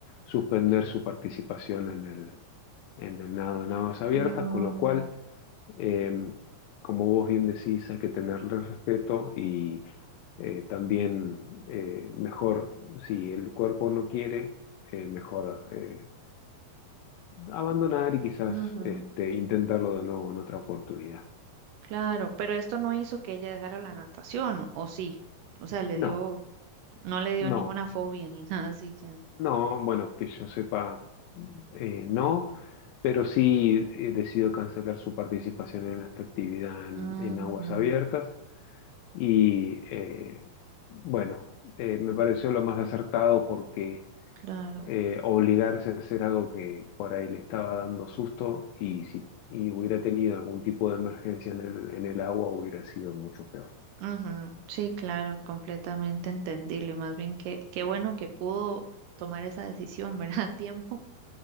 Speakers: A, on the left (about 80°); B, on the right (about 80°).
A: suspender su participación en el, en el nado en aguas abiertas,
B: Ah,
A: con lo cual eh, como vos bien decís, hay que tenerle respeto y eh, también eh, mejor, si el cuerpo no quiere, eh, mejor eh, abandonar y quizás
B: ujú,
A: este, intentarlo de nuevo en otra oportunidad.
B: Claro, pero esto no hizo que ella dejara la natación, ¿o o sí? O sea, le
A: No,
B: dio, no le dio
A: no,
B: ninguna fobia ni <laughs> nada así. Ya.
A: no, bueno, que yo sepa, eh, no, pero sí eh, decido cancelar su participación en esta actividad en
B: Ujú,
A: en aguas abiertas. Y eh, bueno, eh, me pareció lo más acertado porque
B: Claro.
A: eh, obligarse a hacer algo que por ahí le estaba dando susto y si y hubiera tenido algún tipo de emergencia en el, en el agua hubiera sido mucho peor.
B: ujú, Sí, claro, completamente entendible. Más bien que qué bueno que pudo tomar esa decisión, ¿verdad? <laughs> A tiempo